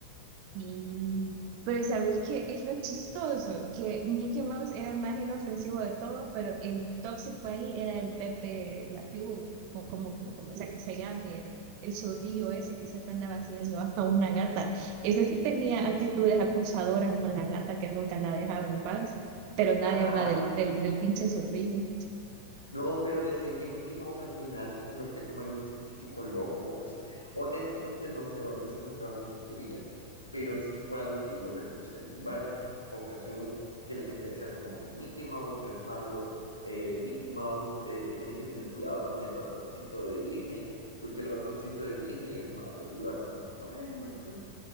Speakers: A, on the right; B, on the left.
A: Sí, pero ¿sabéis qué es lo chistoso? Que Mickey Mouse era el más inofensivo de todos, pero el tóxico ahí era el Pepe Lapiú, o como, o como sea que se llame, el, el zorrillo ese que siempre andaba haciendo hasta una gata. Ese sí tenía actitudes acosadoras con la gata que nunca la dejaba en paz, pero nadie
B: Ajá,
A: habla del, del, del pinche zorrillo.
B: No, pero decían que Mickey Mouse al final se convertía como en un científico loco o algo así. Honestamente no sé de dónde se sacaron esa teoría, pero sí fue algo que yo lo escuché en varias ocasiones que la gente decía como que Mickey Mouse es malo, eh, Mickey Mouse eh, tienen que tener cuidado con el ratoncito de Disney, porque el ratoncito de Disney es malo. Y yo así como, bueno,